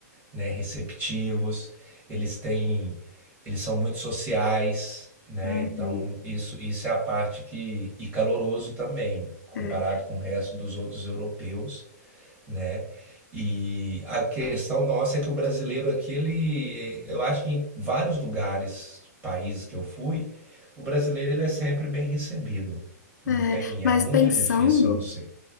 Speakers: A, on the right; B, on the left.
A: né, receptivos, eles têm eles são muito sociais, né,
B: uhum.
A: então isso isso é a parte que e caloroso também, comparado
B: É.
A: com o resto dos outros europeus, né. E a questão nossa é que o brasileiro aqui ele eu acho que em vários lugares, países que eu fui, o brasileiro ele é sempre bem recebido, não
B: É,
A: tem
B: mas
A: é muito
B: pensando.
A: difícil não ser.